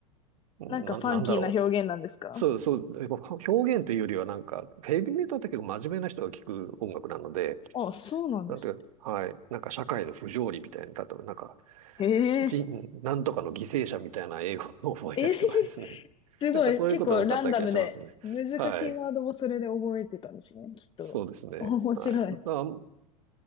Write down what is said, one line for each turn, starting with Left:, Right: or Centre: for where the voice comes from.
Right: な、
Left: なんかファンキーな表現なんですか
Right: なんだろう。そうそう。やっぱ表現というよりはなんか、ヘビメタって結構真面目な人が聞く音楽なので、
Left: ああ、そうなんですね。
Right: なんていうか、はい。なんか社会の不条理みたいな、例えばなんか、
Left: へえ。
Right: 人、なんとかの犠牲者みたいな英語を覚えた人がですね。
Left: えー <laughs> すごい。
Right: <laughs> なんかそういうことが多かった気がしますね。
Left: 結構ランダムで、難しいワードもそれで覚えてたんですね、
Right: はい。
Left: きっと。
Right: そうですね。
Left: 面白い。
Right: はい。だ